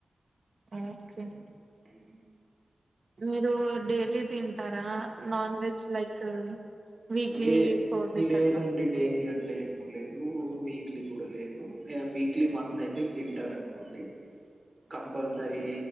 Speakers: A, on the right; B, on the right.
A: ఆక్సిన్
B: హ
A: మీరు డైలీ తింటారా నాన్ వెజ్ లైక్ కు వీక్లీ
B: లే
A: ఫోర్ డేస్
B: లేదండి.
A: అట్లా
B: డైలీ అట్లా ఏం లేదు వీక్లీ కూడా లేదు వీక్లీ వన్స్ అయితే తింటారు అనుకోండి. కంపల్సరీ